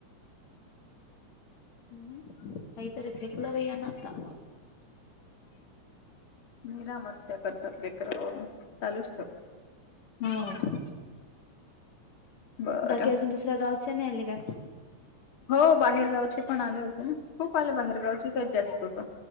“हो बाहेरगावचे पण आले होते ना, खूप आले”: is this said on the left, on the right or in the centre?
Left